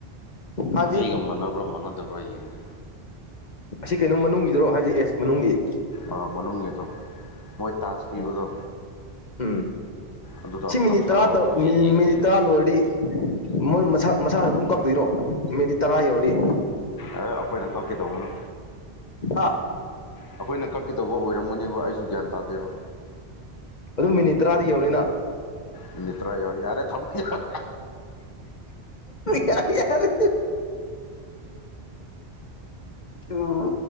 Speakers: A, on the left; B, on the left.
A: ꯍꯥꯏꯕꯗꯤ
B: ꯑꯩꯒ ꯃꯥꯟꯅꯕ꯭ꯔꯥ ꯃꯥꯟꯅꯗꯕ꯭ꯔꯥ ꯌꯦꯡꯒꯦ
A: ꯑꯁꯤ ꯀꯩꯅꯣ ꯃꯅꯨꯡꯒꯤꯗꯨꯔꯣ ꯍꯥꯏꯗꯤ ꯑꯦꯁ ꯃꯅꯨꯡꯒꯤ
B: ꯑꯥ ꯃꯅꯨꯡꯒꯤꯗꯣ ꯃꯣꯏ ꯇꯥꯛꯁ ꯄꯤꯕꯗꯣ
A: ꯎꯝ ꯎꯝ
B: ꯑꯗꯨꯗꯣ
A: ꯁꯤ
B: ꯑꯝꯇ
A: ꯃꯤꯅꯤꯠ
B: ꯊꯥꯔꯛꯑꯣꯅꯦ
A: ꯇꯔꯥ
B: ꯑꯩ ꯌꯦꯡꯒꯦꯕ
A: ꯃꯤꯅꯤꯠ ꯇꯔꯥ ꯂꯣꯏꯔꯗꯤ ꯃꯣꯏ ꯃꯁꯥ ꯃꯁꯥꯅ ꯑꯗꯨꯝ ꯀꯥꯛ ꯇꯨꯏꯔꯣ ꯃꯤꯅꯤꯠ ꯇꯔꯥ ꯌꯧꯔꯗꯤ
B: ꯑꯦ ꯑꯩꯈꯣꯏꯅ ꯀꯛꯀꯦꯗꯧꯕꯅꯨ
A: ꯍꯥ
B: ꯑꯩꯈꯣꯏꯅ ꯀꯥꯛꯀꯦꯗꯧꯕ ꯑꯣꯏꯔꯝꯒꯅꯦꯕ ꯑꯩꯁꯨ ꯒ꯭ꯌꯥꯟ ꯇꯥꯗꯦꯕ
A: ꯑꯗꯨꯝ ꯃꯤꯅꯤꯠ ꯇꯔꯥꯗꯤ ꯌꯧꯔꯤꯅ
B: ꯃꯤꯅꯤꯠ ꯇ꯭ꯔꯥ ꯌꯧꯔꯦ ꯌꯥꯔꯦ ꯊꯝꯃꯣ ꯌꯥꯔꯦ
A: ꯌꯥꯔꯦ ꯌꯥꯔꯦ ꯑꯗꯨ